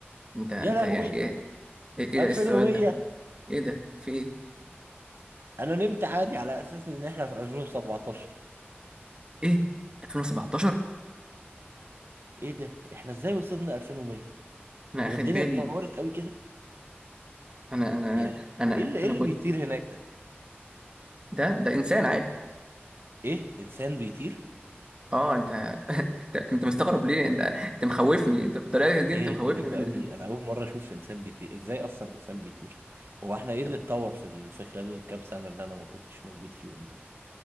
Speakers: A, on the right; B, on the right.
A: انت انت
B: يا لهوي
A: يعني ايه ايه إيه
B: 2100
A: ده إيه السؤال ده ايه ده في ايه
B: انا نمت عادي على اساس ان احنا في 2017
A: ايه 2017
B: ايه ده احنا ازاي وصلنا 2100
A: انا
B: هو
A: اخد
B: الدنيا
A: بالي
B: اتطورت قوي كده
A: انا انا
B: يا وايه
A: انا
B: اللي ايه
A: انا
B: اللي
A: كنت
B: بيطير هناك ده
A: ده ده انسان عادي
B: ايه انسان بيطير
A: اه انت <laughs> انت انت مستغرب ليه انت انت مخوفني انت بالطريقه دي
B: ايه
A: انت مخوفني
B: غريب
A: من...
B: قوي انا اول مره اشوف انسان بيطير ازاي اصلا انسان بيطير هو احنا ايه
A: طب
B: اللي اتطور في ال... في خلال الكام سنه اللي انا ما كنتش موجود فيهم دول